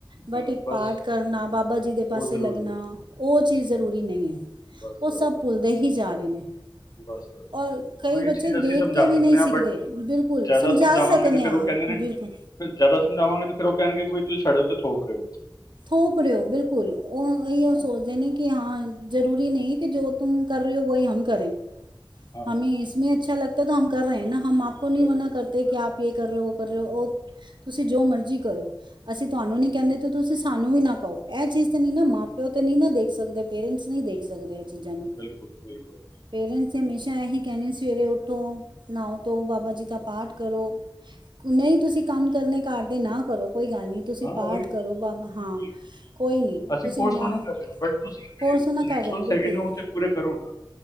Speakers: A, on the right (about 85°); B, on the left (about 50°).
A: ਬਟ
B: ਹਾਂ
A: ਇੱਕ
B: ਬਸ
A: ਪਾਠ ਕਰਨਾ ਬਾਬਾ ਜੀ ਦੇ
B: ਉਹ
A: ਪਾਸੇ
B: ਜ਼ਰੂਰੀ
A: ਲੱਗਨਾ
B: ਨੇ
A: ਉਹ ਚੀਜ਼ ਜ਼ਰੂਰੀ ਨਹੀਂ ਹੈ।
B: ਬਸ
A: ਉਹ
B: ਬਸ
A: ਸਭ
B: ਬਸ
A: ਭੁੱਲਦੇ ਹੀ ਜਾ ਰਹੇ ਨੇ
B: ਬਸ ਉਹੀ
A: ਔਰ ਕਈ ਬੱਚੇ
B: ਚੀਜ਼
A: ਦੇਖ
B: ਅਸੀਂ ਸਮਝਾ
A: ਕੇ ਵੀ
B: ਸਕਨੇ
A: ਨਹੀਂ ਸਿੱਖਦੇ
B: ਹਾਂ ਬਟ
A: ਬਿਲਕੁਲ
B: ਜ਼ਿਆਦਾ
A: ਸਮਝਾ
B: ਸਮਝਾਵਾਂਗੇ
A: ਸਕਦੇ
B: ਤੇ ਫੇਰ
A: ਹਾਂ
B: ਉਹ ਕਹਿੰਦੇ
A: ਬਿਲਕੁਲ
B: ਨੇ ਫਿਰ ਜ਼ਿਆਦਾ ਸਮਝਾਵਾਂਗੇ ਫਿਰ ਉਹ ਕੈਹਨਗੇ ਕਿ ਵੀ ਤੁਸੀਂ ਸਾਡੇ ਉਤੇ ਥੋਪ ਰਹੇ ਹੋ
A: ਥੋਪ ਰਹੇ ਹੋ ਬਿਲਕੁਲ ਉਹ
B: ਹਾਂ
A: ਇਹੀ ਉਹ ਸੋਚਦੇ
B: ਹਾਂ
A: ਨੇ ਕਿ ਹਾਂ ਜ਼ਰੂਰੀ ਨਹੀਂ ਕਿ ਜੋ ਤੁਮ ਕਰ ਰਹੇ ਹੋ ਵਹੀ ਹਮ ਕਰੇ
B: <inaudible>
A: ਹਮੇ ਇਸਮੇ ਅੱਛਾ ਲਗਤਾ ਤੋ ਹਮ ਕਰ ਰਹੇ ਨਾ ਹਮ ਆਪੋ ਨਹੀਂ
B: ਬਸ
A: ਮਨਾ ਕਰਤੇ ਕਿ ਆਪ ਯੇ ਕਰ ਰਹੇ ਹੋ। <unintelligible> ਤੁਸੀਂ ਜੋ ਮਰਜ਼ੀ ਕਰੋ ਅਸੀਂ ਤੁਹਾਨੂੰ ਨੀ ਕਹਿੰਦੇ ਤੇ ਤੁਸੀਂ ਸਾਨੂੰ ਵੀ ਨਾ ਕਹੋ ਇਹ ਚੀਜ਼ ਤਾਂ ਨਹੀਂ ਨਾ ਮਾਂ ਪਿਓ ਤਾਂ ਨਹੀਂ ਨਾ ਦੇਖ ਸਕਦੇ ਪੇਰੈਂਟਸ ਨਹੀਂ ਦੇਖ ਸਕਦੇ। ਚੀਜ਼ਾਂ ਨੂੰ
B: ਬਿਲਕੁਲ ਬਿਲਕੁਲ।
A: ਪੇਰੈਂਟਸ ਹਮੇਸ਼ਾ ਇਹੀ ਕਹਿੰਨੇ ਸਵੇਰੇ ਉਠੋ ਨਾਵੋ ਧੋਵੋ ਬਾਬਾ ਜੀ ਦਾ ਪਾਠ ਕਰੋ ਨਹੀਂ ਤੁਸੀਂ ਕੰਮ ਕਰਨੇ ਘਰਦੇ ਨਾ ਕਰੋ ਕੋਈ ਗੱਲ ਨਹੀਂ ਤੁਸੀਂ
B: ਹਾਂ ਉਹੀ
A: ਪਾਠ
B: ਤੇ
A: ਕਰੋ ਬ ਹਾਂ
B: ਬਿਲਕੁਲ।
A: ਕੋਈ ਨਈ,
B: ਅਸੀਂ
A: ਤੁਸੀਂ
B: ਫੋਰਸ
A: ਨਾ,
B: ਥੋੜ੍ਹਾ ਕਰ ਰਹੇ ਹਾਂ ਬਟ ਤੁਸੀਂ ਜਿਹੜੇ
A: ਫੋਰਸ ਨਾ ਕਰ
B: ਰਿਚੁਅਲਸ
A: ਰਏ, ਬਿਲਕੁਲ।
B: ਹੈਗੇ ਨੇ ਉਹ ਤੇ ਪੂਰੇ ਕਰੋ ਨਾ